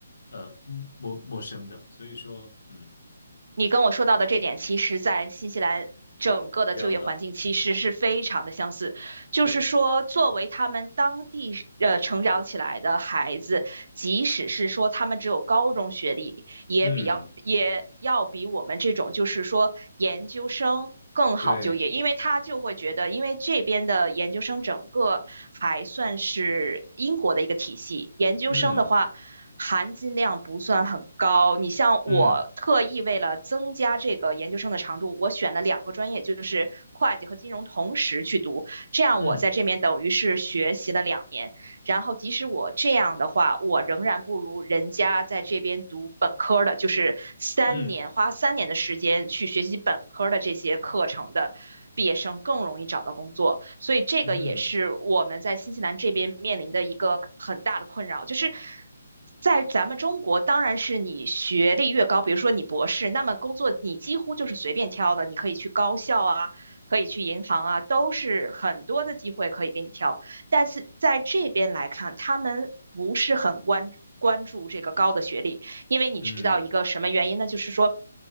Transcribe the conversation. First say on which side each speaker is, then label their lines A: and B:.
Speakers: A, on the left (about 70°); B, on the right (about 65°).
A: 呃陌陌生的。所以说，嗯，
B: 你跟我说到的这点，其实在新西兰整个的就业环境其实是非常的相似。
A: 一样的，
B: 就是说，
A: 对，
B: 作为他们当地呃成长起来的孩子，即使是说他们只有高中学历，也比较也要比我们这种就是说研究生更好就业，
A: 嗯，对，
B: 因为他就会觉得，因为这边的研究生整个还算是英国的一个体系，研究生的话。
A: 嗯，
B: 含金量不算很高。你像我特意为了增加这个研究生的长度，
A: 嗯，
B: 我选了两个专业，就是会计和金融同时去读，这样我在这边等于是学习了两年。
A: 嗯，
B: 然后即使我这样的话，我仍然不如人家在这边读本科的，就是三年花三年的时间去学习本科的这些课程的。
A: 嗯，
B: 毕业生更容易找到工作，所以这个也是我们在新西兰这边面临的一个很大的困扰，
A: 嗯，
B: 就是在咱们中国，当然是你学历越高，比如说你博士，那么工作你几乎就是随便挑的，你可以去高校啊，可以去银行啊，都是很多的机会可以给你挑。但是在这边来看，他们不是很关关注这个高的学历，因为你知道一个什么原因呢？
A: 嗯，
B: 就是说